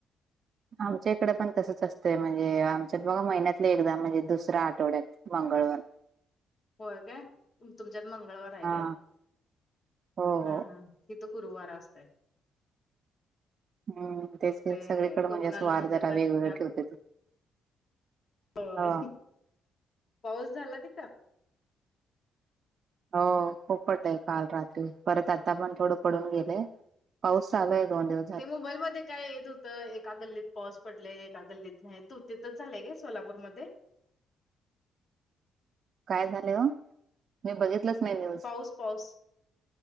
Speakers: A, on the right; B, on the left.
A: आमच्या इकडं पण तसच असतंय, म्हणजे आमच्यात बघा महिन्यातलं एकदा म्हणजे दुसऱ्या आठवड्यात. मंगळवार.
B: <inaudible> होय का तुमच्यात मंगळवार आहे
A: हा
B: का,
A: हो हो
B: हा हा! तिथं गुरुवार असतय.
A: हम्म तेच की
B: ते
A: सगळीकडे
B: करुणाला
A: म्हणजे असं वार
B: म्हनज्यात
A: जरा
B: काय
A: वेगवेगळे
B: आग.
A: ठेवते ते
B: होय
A: ह
B: पाऊस झाला <unintelligible>
A: हो खूप पडलंय काल रात्री, परत आता पण थोडं पडून गेलय. पाऊस आलाय दोन दिव
B: ते मोबाईल मध्ये काय येत होतं एका गल्लीत पाऊस पडलय, एका गल्लीत नाही, तू तिथच झालंय का सोलापूरमध्ये.
A: काय झाले हो मी बघित नाही <unintelligible>
B: पाऊस, पाऊस.